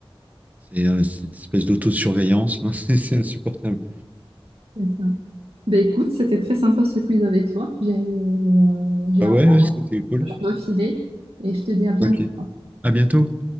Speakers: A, on the right; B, on the right.
A: C'est euh, cette espèce d'autosurveillance, là, <laughs> c'est c'est insupportable.
B: C'est ça. Ben écoute, c'était très sympa ce quiz avec toi. J'ai euh, j'ai
A: Ah
B: un
A: ouais, ouais, c'était cool.
B: peu filer et je te dis à bientôt.
A: Ok. À bientôt.